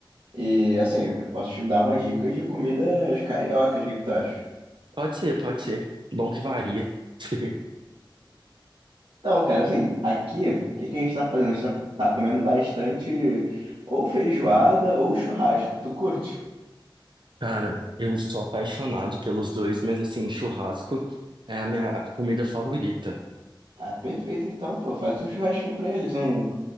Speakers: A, on the right; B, on the right.
A: E assim, eu posso te dar umas dicas de comidas cariocas, o que que tu acha?
B: Pode ser, pode ser. Bom que varia. <laughs>
A: Então, cara, assim, aqui, o que que a gente tá fazendo? A gente tá, tá comendo bastante ou feijoada ou churrasco. Tu curte?
B: Cara, eu sou apaixonado pelos dois, mas assim, churrasco é a minha comida favorita.
A: Ah, perfeito então, pô. Faz um churrasquinho pra eles, um,